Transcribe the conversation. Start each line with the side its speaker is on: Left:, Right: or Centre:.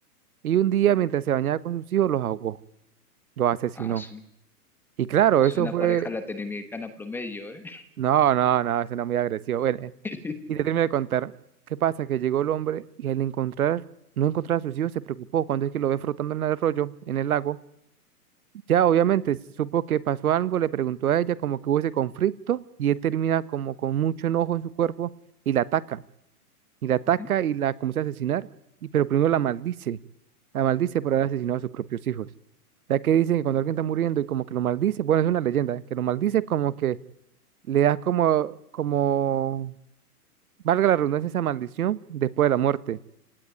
Right: y un día mientras se bañaba con sus hijos los ahogó, los asesinó.
Centre: ah, su-
Right: Y claro,
Centre: suena
Right: eso fue,
Centre: pareja latinoamericana promedio, ¿eh?
Right: no, no, no, eso era muy agresivo. Bueno, eh,
Centre: <laughs>
Right: y te termino de contar, ¿qué pasa? Que llegó el hombre y al encontrar, no encontrar a sus hijos se preocupó cuando es que lo ve flotando en el arroyo, en el lago Ya obviamente supo que pasó algo, le preguntó a ella como que hubo ese conflicto y él termina como con mucho enojo en su cuerpo y la ataca, y la ataca
Centre: Ujú.
Right: y la comienza a asesinar, y pero primero la maldice, la maldice por haber asesinado a sus propios hijos. Ya que dicen que cuando alguien está muriendo y como que lo maldice, bueno, es una leyenda, ¿eh? que lo maldice como que le das como, como, valga la redundancia, esa maldición después de la muerte.